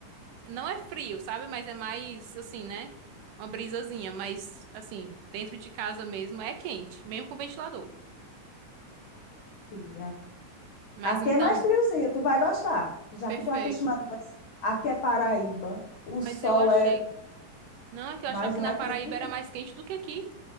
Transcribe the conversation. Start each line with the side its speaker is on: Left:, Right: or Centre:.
Right: não é frio, sabe? Mas é mais assim, né? Uma brisazinha, mas assim, dentro de casa mesmo é quente, mesmo com ventilador.
Left: Fia.
Right: Mas
Left: Aqui
Right: então,
Left: é mais friozinho, tu vai gostar, já
Right: perfeito.
Left: que tu é acostumada com esse- Aqui é Paraíba, o
Right: Mas
Left: sol
Right: eu achei,
Left: é,
Right: não, é que eu
Left: mas
Right: achava que
Left: não
Right: na
Left: é
Right: Paraíba
Left: quente,
Right: era mais quente do que aqui.